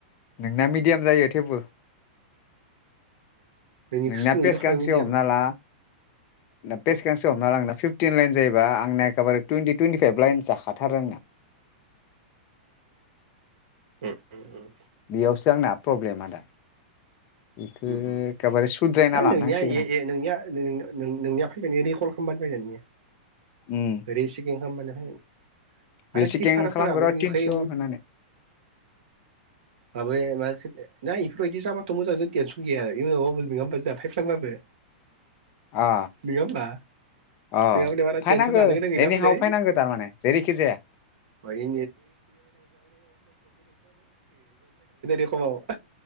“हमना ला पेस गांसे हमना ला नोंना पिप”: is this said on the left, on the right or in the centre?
Left